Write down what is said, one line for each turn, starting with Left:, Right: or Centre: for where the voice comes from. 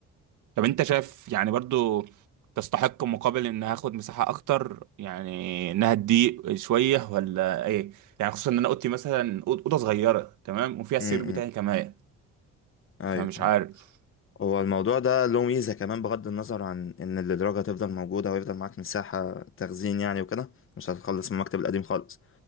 Right: طب انت شايف يعني برضه تستحق مقابل ان هاخد مساحة اكتر يعني انها تضيق شوية ولا ايه يعني خصوصا ان انا اوضتي مثلا أو- اوضة صغيرة تمام وفيها السرير
Left: م-
Right: بتاعي
Left: م.
Right: كمان
Left: ايوه
Right: فمش عارف
Left: آه. هو الموضوع ده له ميزة كمان بغض النظر عن إن الإدراج هتفضل موجودة ويفضل معاك مساحة تخزين يعني وكده مش هتخلص من المكتب القديم خالص